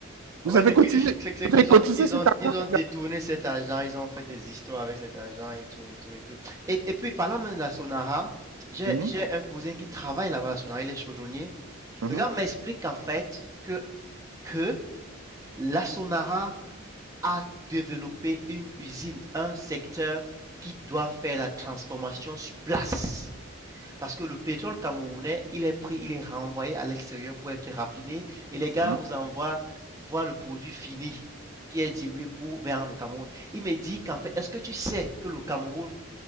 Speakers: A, on the right; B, on the right.
A: En
B: Vous
A: fait,
B: avez
A: c'est
B: cotisé,
A: que- c'est que- c'est qu'ils
B: vous avez cotisé
A: ont, ils
B: cet
A: ont,
B: argent,
A: ils ont détourné
B: les gars.
A: cet argent, ils ont fait des histoires avec cet argent et tout, et tout, et tout. Et, et puis, parlant même de la Sonara, j'ai,
B: Mhm,
A: j'ai un cousin qui travaille là-bas à la Sonara, il est chaudronnier.
B: mhm,
A: Le gars m'explique qu'en fait, que, que la Sonara à développer une usine, un secteur qui doit faire la transformation sur place. Parce que le pétrole camerounais, il est pris, il est renvoyé à l'extérieur pour être raffiné. Et les gars
B: mhm.
A: vous envoient voir le produit fini qui est dilué pour vendre le Cameroun. Il me dit qu'en fait, est-ce que tu sais que le Cameroun